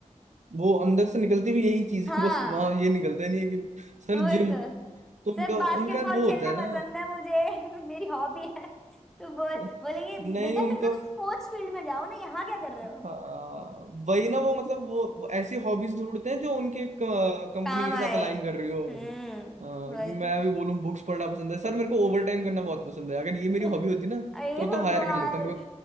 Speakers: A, on the right; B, in the centre.
A: वो अंदर से निकलती भी यही चीज
B: हाँ
A: है बस वहां ये निकलता ही नहीं है कि सर
B: वही
A: जिम
B: तो
A: तो उनका
B: सब बास्केटबॉल
A: उनका वो
B: खेलना
A: होता है ना
B: पसंद है मुझे <laughs> मेरी हॉबी है तो बोल
A: <laughs>
B: बोलेंगे
A: नहीं
B: बेटा
A: उनका
B: फिर तो तुम स्पोर्ट्स फील्ड में जाओ ना यहाँ क्या कर रहे
A: हाँ,
B: हो
A: वही ना वो मतलब वो वो ऐसी हॉबीज ढूंढते हैं जो उनके कंपनी
B: काम
A: के
B: आए
A: साथ अलाइन कर रही हो
B: हम्म
A: हाँ,
B: वही
A: कि मैं
B: तो
A: अभी बोलूं बुक्स पढ़ना पसंद है सर मेरे को ओवर टाइम करना बहुत पसंद है अगर ये मेरी
B: <laughs>
A: हॉबी होती ना
B: अरे
A: तो
B: भगवान
A: तो हायर कर लेता मेरे को